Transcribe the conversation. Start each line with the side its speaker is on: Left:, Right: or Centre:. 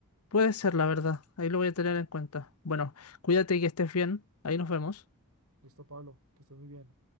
Left: Puede ser, la verdad. Ahí lo voy a tener en cuenta. Bueno, cuídate y que estés bien. Ahí nos vemos.
Right: Listo, Pablo, que estés muy bien.